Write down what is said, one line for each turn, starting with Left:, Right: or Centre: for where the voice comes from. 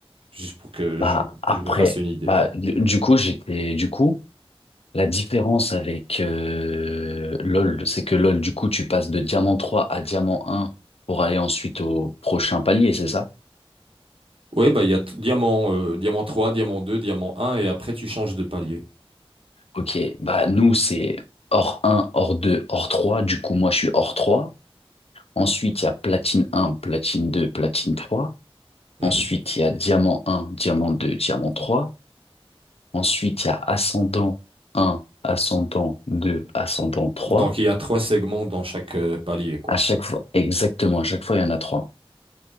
Right: Juste pour que
Left: Bah
Right: je,
Left: après,
Right: je me fasse une idée,
Left: bah
Right: quoi.
Left: du du coup, j'étais... Du coup... La différence avec euh, LoL, c'est que LoL, du coup, tu passes de diamant 3 à diamant un pour aller ensuite au prochain palier, c'est ça?
Right: Ouais, bah, il y a t- diamant, euh, diamant 3 diamant 2 diamant un et après tu changes de palier.
Left: Ok, bah nous, c'est or un or deux or trois Du coup, moi, je suis or trois Ensuite, il y a platine un platine deux platine trois
Right: Mhm.
Left: Ensuite, il y a diamant un diamant deux diamant trois Ensuite, il y a ascendant un ascendant deux ascendant trois
Right: Donc il y a trois segments dans chaque euh, palier, quoi.
Left: À chaque fois, exactement, à chaque fois, il y en a trois